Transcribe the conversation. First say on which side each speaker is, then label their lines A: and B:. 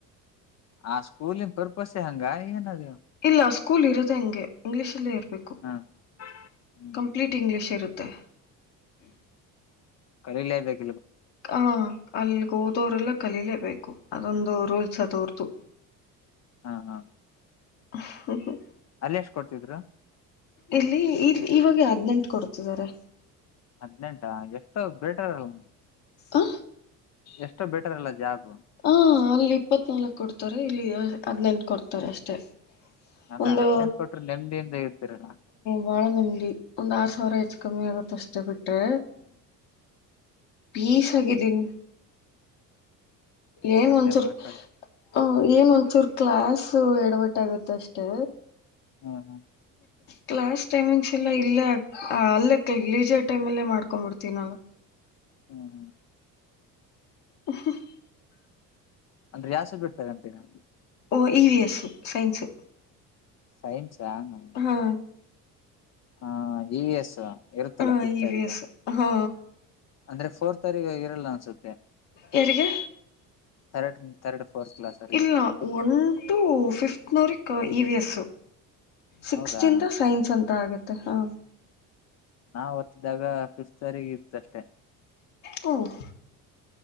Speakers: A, on the left; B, on the left.
A: ಆ ಸ್ಕೂಲಿನ ಪರ್ಪಸ್ ಹಂಗ ಏನ ಅದು
B: ಇಲ್ಲ ಸ್ಕೂಲ್ ಇರದೆೆ ಹಂಗೆ ಇಂಗ್ಲೀಷ್ ಅಲ್ಲೇ ಇರಬೇಕು
A: ಹ್ಮ್ ಹ್ಮ್
B: ಕಂಪ್ಲೀಟ್ ಇಂಗ್ಲಿಷ್ ಇರುತ್ತೆ ತ್ತ
A: ಕರಿಲೇಬೇಕ
B: ಹ ಅಲ್ಲಿಗೆ ಹೋದೋರೆಲ್ಲ ಕಲೀಲೇಬೇಕು. ಅದೊಂದು, ರೂಲ್ಸ ಅದ್ರದು.
A: ಹಾ ಹಾ
B: <inaudible>
A: ಅಲ್ಲಿ ಎಷ್ಟ ಕೊಡ್ತಿದ್ರ.
B: ಇಲ್ಲಿ ಇವಾಗ ಹದ್ನೆೆಂಟು ಕೊಡ್ತಿದ್ದಾರೆ.
A: ಹದ್ನೆಂಟ ಎಷ್ಟು ಬೇಟಾರಲ್ಲ,
B: ಆ,
A: ಎಷ್ಟೋ ಬೇಟರ್ ಅಲ್ಲ ಜಾಬ್,
B: ಹಾ ಅಲ್ಲಿ ಇಪ್ಪತ್ನಾಲ್ಕು ಕೊಡ್ತಾರೆ, ಇಲ್ಲಿ ಹದ್ನೆಂಟು ಕೊಡ್ತಾರೆ, ಅಷ್ಟೆ,
A: ಅಲ್ಲ
B: ಒಂದು
A: ಹದ್ನೆಂಟು ಕೊಟ್ರೆ ನೆಮ್ಮದಿಯಿಂದ ಇರ್ತಿರಲ್ಲ
B: ಬಾಳ ನಮ ಒಂದ್ ಆರು ಸಾವಿರ ಹೆಚ್ಚು
A: ಹ್ಮ್
B: ಕಮ್ಮಿ ಆಗುತ್ತ ಅಷ್ಟೇ, ಬಿಟ್ರೆ,
A: ಹ್ಮ್
B: ಪೀಸ್ ಹಾಗಿದೀನಿ. ಏನ್
A: ಅಲ್ಲೇ
B: ಒಂದಚೂರ್
A: ಮಾಡ್ಕೊಳ್ಳಿ
B: ಹ. ಏನ್ ಒಂಚೂರು ಕ್ಲಾಸ್ ಎಡವಟ್ಟ ಆಗತ್ತ ಅಷ್ಟೇ,
A: ಹ್ಮ್ ಹ್ಮ್.
B: ಕ್ಲಾಸ್ ಟೈಮಿಂಗ್ಸ್ ಎಲ್ಲ ಇಲ್ಲೇ ಅಲ್ಲೇ <unintelligible> ಟೈಮ್ ಅಲ್ಲೇ ಮಾಡ್ಕೊಂಡ್ ಬಿಡ್ತೀನಲ್ಲ.
A: ಹ್ಮ, ಹ್ಮ್
B: <inaudible>
A: ಅಂದ್ರೆ ಯಾ ಸಬ್ಜೆಕ್ಟ್ ತಗತಿರಾ,
B: ಓ E V S science
A: science ಹ,
B: ಹಾ
A: ಹಾ ಇ ವಿ ಎಸ್ ಇರುತ್ತಲ್ಲ
B: ಹಾ
A: ಫಿಫ್ತ್
B: ಇ
A: ಅವ್ರಿಗೆ,
B: ವಿ ಎಸ್ ಹಾ
A: ಅಂದ್ರೆ ಫೋರ್ತ್ವತರಿಗೆ ಇರಲ್ಲ ಅನ್ಸುತ್ತೆ.
B: ಯಾರಿಗೆ
A: ಥರ್ಡ್ ಥರ್ಡ್ ಫೋರ್ತ್ ಕ್ಲಾಸ್ ಅವರಿಗೆ
B: ಇಲ್ಲ ಒನ್ ಟು ಫಿಫ್ತ್ ನೂರಿಕ್ ಇ ವಿ ಎಸ್, ಸಿಕ್ಸ್ತ್
A: ಹೌದಾ
B: ಇಂದ ಸೈನ್ಸ್ ಅಂತ ಆಗತ್ತೆ ಹಾ,
A: ನಾವ ಹೊತ್ತಿದಾಗ ಫಿಫ್ತ್ರಿಗೆ ಇತ್ತು ಅಷ್ಟೆ
B: ಹ್ಮ್.